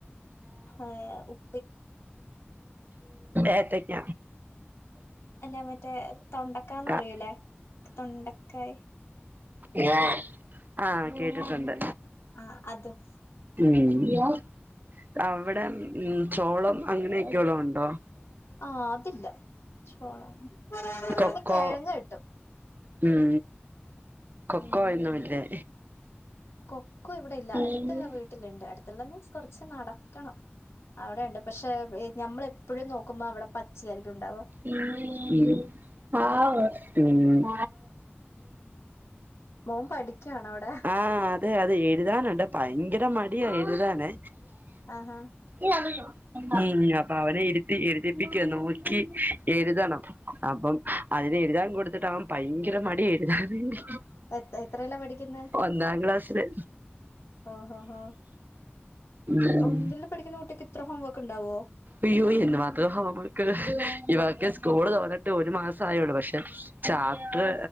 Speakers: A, on the left; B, on the right.
A: ഹേ ഹും
B: ഏത്തക്ക
A: അല്ല മറ്റേ തൊണ്ടക്കന്ന്
B: ക
A: പറയൂലേ തൊണ്ടക്കായി
B: <unintelligible> ആഹ കേട്ടിട്ടുണ്ട്
A: ആഹ് അതും
B: ഉം അവിടെ ഉംമ്മ് ചോളം അങ്ങനെയൊക്കെയുള്ളോ ഉണ്ടോ
A: ആ അതില്ല ചോളം പിന്നെ
B: കൊക്കോ
A: തേങ്ങ കിട്ടും
B: ഉം കൊക്കോ
A: ഉം
B: ഒന്നും ഇല്ലേ
A: കൊക്കോ ഇവിടെ ഇല്ല
B: ഉം
A: അടുത്തുള്ള വീ ട്ടില് ഇണ്ട് അടുത്തുള്ള മീൻസ് കൊറച്ച് നടക്കണം അവിടെ ഇണ്ട് പക്ഷെ ഞമ്മള് എപ്പോഴും നോക്കുമ്പോ അവടെ പച്ചയായിരിക്കും ഉണ്ടാവാ
B: ഉം ഉം
A: മോൻ പഠിക്കുവാണോ അവിടെ
B: ആഹാ അതെ അത് എഴുതാനുണ്ട് ഭയങ്കര മടിയാ എഴുതാനെ
A: ആഹാ
B: ഉം അപ്പോ അവനെ ഇരുത്തി എഴുതിപ്പിക്കാൻ നോക്കി എഴുതണം അപ്പം അതിന് എഴുതാൻ കൊടുത്തിട്ടാവൻ ഭയങ്കര മടിയാ എഴുതാൻ വേണ്ടി
A: എ എത്രയിലാ പഠിക്കുന്നെ
B: ഒന്നാം ക്ലാസ്ില്
A: ഓഹോ ഹ
B: ഉം
A: ഒന്നില് പഠിക്കുന്ന കുട്ടിക്ക് ഇത്ര ഹോം വർക്ക് ഉണ്ടാവോ
B: അയ്യോ എന്ന് മാത്രേ നമ്മുക്ക് ഇവക്കെ സ്കൂള് തോന്നിട്ട് ഒരു മാസംയള്ളൂ പക്ഷെ ചാപ്റ്റർ